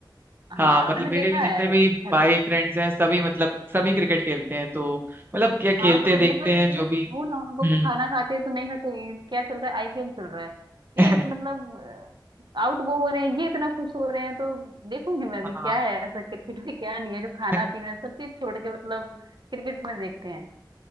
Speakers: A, on the right; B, on the right.
A: हाँ
B: हाँ मतलब
A: मैंने
B: मेरे
A: देखा
B: भी जितने
A: है
B: भी
A: घर
B: भाई फ्रेंड्स हैं सभी मतलब सभी क्रिकेट खेलते हैं तो मतलब क्या खेलते
A: हाँ तो
B: देखते
A: मतलब इतना
B: हैं जो भी
A: जुनून है उनको
B: हम्म
A: वो खाना खाते हैं तो नहीं खाते ये क्या चल रहा है आईपीएल चल रहा है
B: <laughs>
A: ये मतलब आउट वो हो रहे हैं ये इतना खुश हो रहे हैं तो देखूंगी मैं अभी
B: हाँ
A: क्या है ऐसा क्रिकेट में क्या नहीं है जो खाना
B: <laughs>
A: पीना सब चीज छोड़ के मतलब क्रिकेट में देखते हैं